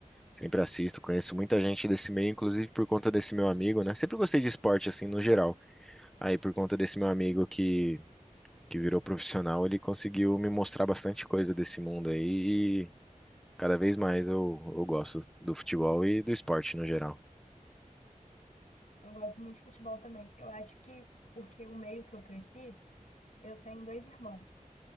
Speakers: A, in the centre; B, on the left.
A: Sempre assisto, conheço muita gente desse meio, inclusive por conta desse meu amigo, né? Sempre gostei de esporte, assim, no geral. Aí, por conta desse meu amigo que, que virou profissional, ele conseguiu me mostrar bastante coisa desse mundo aí. E cada vez mais eu, eu gosto do futebol e do esporte no geral.
B: Eu gosto muito de futebol também. Eu acho que porque o meio que eu cresci, eu tenho dois irmãos.